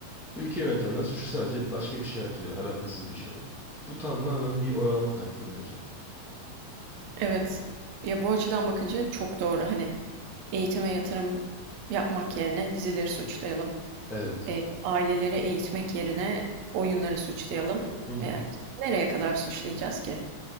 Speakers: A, in the centre; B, on the right.
A: Ülke yönetenler suçu sadece başka bir şeye atıyor alakasız bir şeye. Bu tamamen bir oyalama taktiği bence.
B: Evet. Ya bu açıdan bakınca çok doğru. Hani Eğitime yatırım yapmak yerine dizileri suçlayalım.
A: Evet.
B: Eee, aileleri eğitmek yerine oyunları suçlayalım.
A: Hı hı.
B: Eee, nereye kadar suçlayacağız ki?